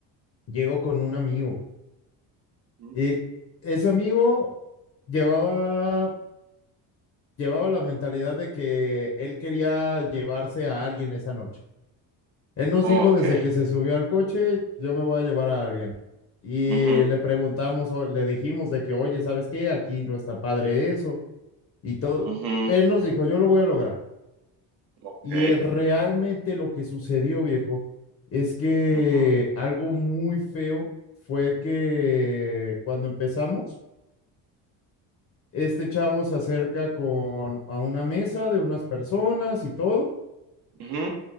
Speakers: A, on the left; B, on the right.
A: llego con un amigo
B: ujú.
A: Y ese amigo llevaba, llevaba la mentalidad de que él quería llevarse a alguien esa noche. Él nos
B: Ok.
A: dijo desde que se subió al coche, yo me voy a llevar a alguien. Y
B: Ujú,
A: le preguntamos, o le dijimos de que, oye, ¿sabes qué? Aquí no está padre eso y todo.
B: ujú.
A: Él nos dijo, yo lo voy a lograr.
B: Ok.
A: Y realmente lo que sucedió, viejo, es que
B: Ujú,
A: algo muy feo fue que cuando empezamos, Este chavo se acerca con a una mesa de unas personas y todo,
B: ujú,